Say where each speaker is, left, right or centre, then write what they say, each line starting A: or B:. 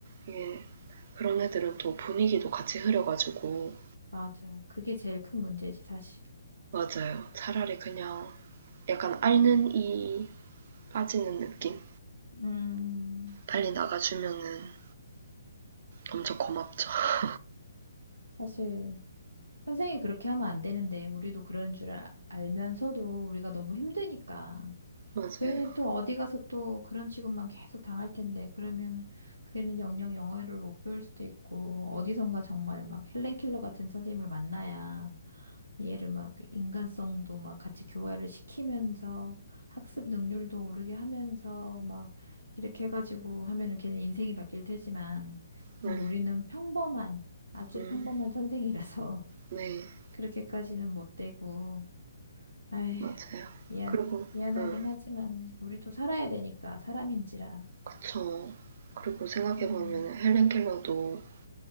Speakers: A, on the right (about 40°); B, on the right (about 80°).
A: 이게 그런 애들은 또 분위기도 같이 흐려가지고
B: 맞아요. 그게 제일 큰 문제지, 사실.
A: 맞아요. 차라리 그냥 약간 앓는 이 빠지는 느낌?
B: 음,
A: 빨리 나가주면은 엄청 고맙죠. <laughs>
B: 사실, 선생이 그렇게 하면 안 되는데, 우리도 그런 줄 아- 알면서도 우리가 너무 힘드니까.
A: 맞아요.
B: 그 애는 또 어디 가서 또 그런 취급만 계속 당할 텐데, 그러면은 그 애는 영영 영어를 못 배울 수도 있고, 어디선가 정말 막 헬렌 킬러 같은 선생님을 만나야 얘를 막 인간성도 막 같이 교화를 시키면서 학습 능률도 오르게 하면서 막 이렇게 해가지고 하면은 걔는 인생이 바뀔 테지만,
A: 네,
B: 그냥 우리는 평범한, 아주
A: 음,
B: 평범한 선생이라서 <laughs>
A: 네,
B: 그렇게까지는 못 되고, 아휴,
A: 맞아요.
B: 미안,
A: 그리고,
B: 미안하긴
A: 음,
B: 하지만, 우리도 살아야 되니까, 사람인지라.
A: 그쵸. 그리고 생각해보면
B: 음,
A: 헬렌 켈러도